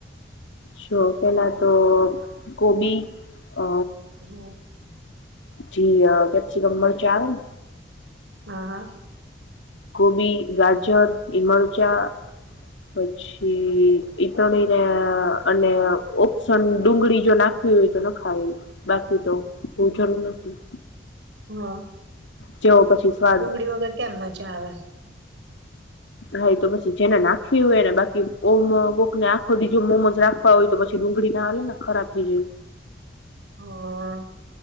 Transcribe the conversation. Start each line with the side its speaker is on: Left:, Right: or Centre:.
Left: સો પેલા તો કોબી. અ
Right: હ અ
Left: જી અ કેપ્સિકમ મરચા આવે ને.
Right: હા, હા
Left: કોબી, ગાજર એ મરચા પછી ઈ તળીને અને ઓપ્શન ડુંગળી જો નાખવી હોય તો નખાય બાકી તો અ જરૂર નથી.
Right: હા.
Left: જેવો પછી સ્વાદ
Right: ડુંગળી વગર કેમ મજા આવે? <inaudible>
Left: હા એ તો પછી જેને નાખવી હોય ને, બાકી ઓમ અ કોકને આખો દિ જો મોમોજ રાખવા હોય, તો પછી ડુંગળી ના આવે ને ખરાબ થઈ જાય.
Right: હા.